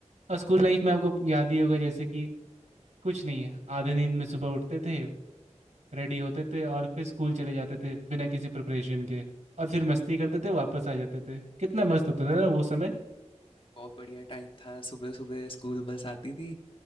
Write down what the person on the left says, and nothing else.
भाई बहुत बढ़िया टाइम था सुबह सुबह स्कूल बस आती थी